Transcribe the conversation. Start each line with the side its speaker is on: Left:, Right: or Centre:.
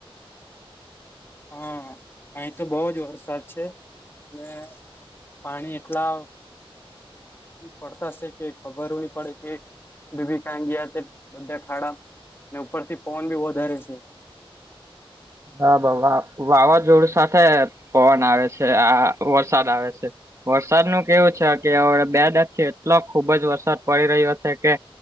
Left: હા અહીં તો બહું જ વરસાદ છે ને પાણી એટલા પડતા છે કે ખબર નહી પડે કે બી બી કઈ ગયા છે બધા ખાડા ને ઉપરથી પવન બી વધારે છે.
Right: હા વાવા વાવાઝોડું સાથે પવન આવે છે આ વરસાદ આવે છે. વરસાદ નુ કેવું છે કે બે દખ થી એટલો ખુબ જ વરસાદ પડી રહ્યો છે કે